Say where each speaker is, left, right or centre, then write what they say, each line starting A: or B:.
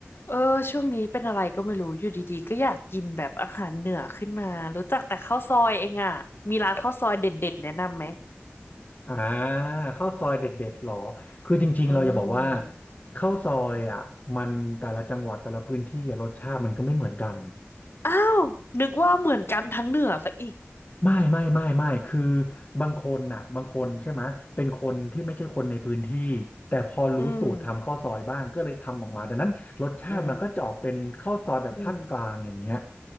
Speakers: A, on the left (about 60°); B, on the left (about 35°).
A: เออช่วงนี้เป็นอะไรก็ไม่รู้อยู่ดีๆก็อยากกินแบบอาหารเหนือขึ้นมารู้จักแต่ข้าวซอยเองอ่ะมีร้านข้าวซอยเด็ดๆแนะนำไหม
B: อ่าข้าวซอยเด็ดๆหรอคือจริงๆเราจะบอกว่า
A: อืม
B: ข้าวซอยอ่ะมันแต่ละจังหวัดแต่ละพื้นที่อะรสชาติมันก็ไม่เหมือนกัน
A: อ้าวนึกว่าเหมือนกันทั้งเหนือซะอีก
B: ไม่ไม่ไม่ไม่คือบางคนน่ะบางคนใช่ไหมยเป็นคนที่ไม่ใช่คนในพื้นที่แต่พอรู้สูตรทำข้าวซอยบ้างก็เลยทำออกมาดังนั้นรสชาติมันก็จะออกเป็นข้าวซอยแบบภาคกลางอย่างเงี้ย
A: อืมอืม